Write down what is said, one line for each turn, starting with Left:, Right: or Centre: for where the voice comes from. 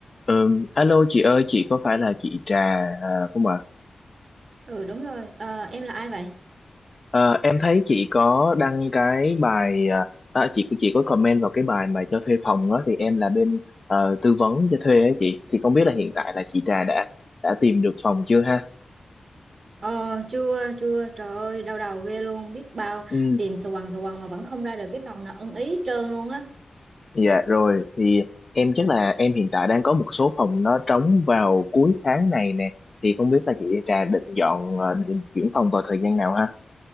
Left: Ừm, alo chị ơi, chị có phải là chị Trà à, không ạ?
Right: Ừ đúng rồi Ờ, em là ai vậy
Left: Ờ, em thấy chị có đăng cái bài à, à, chị chị có comment vào cái bài mà cho thuê phòng đó thì em là bên ờ, tư vấn cho thuê ấy chị. Thì không biết là hiện tại là chị Trà đã đã tìm được phòng chưa ha?
Right: Ờ chưa chưa trời ơi đau đầu ghê luôn biết bao
Left: Ừ,
Right: tìm sờ quần sờ quần mà vẫn không ra được cái phòng nào ưng ý hết trơn luôn á
Left: dạ rồi thì em chắc là em hiện tại đang có một số phòng nó trống vào cuối tháng này nè. Thì không biết là chị Trà định dọn ờ, định chuyển phòng vào thời gian nào ha?